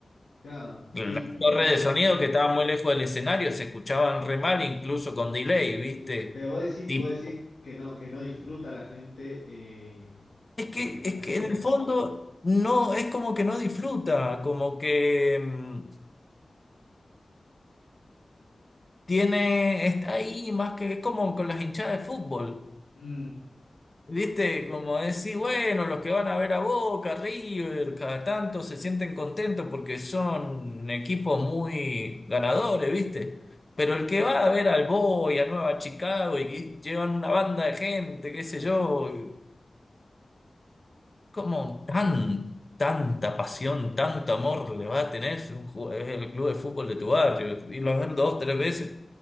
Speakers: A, on the left; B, on the left.
A: claro.
B: Las
A: Y,
B: torres
A: y, y pero,
B: de sonido que estaban muy lejos del escenario se escuchaban re mal, incluso con delay, ¿viste?
A: pero vos decís,
B: Tipo,
A: vos decís que no, que no disfruta la gente eh,
B: es que,
A: correctamente.
B: es que en el fondo no, es como que no disfruta, como que mm, tiene, está ahí más que, es como con las hinchadas de fútbol.
A: Mm,
B: Viste, como decir, bueno, los que van a ver a Boca, River, cada tanto se sienten contentos porque son equipos muy ganadores, ¿viste? Pero el que va a ver al Boy, a Nueva Chicago y que llevan una banda de gente, qué sé yo, como tan, tanta pasión, tanto amor le va a tener un ju- el club de fútbol de tu barrio? Y los ver dos, tres veces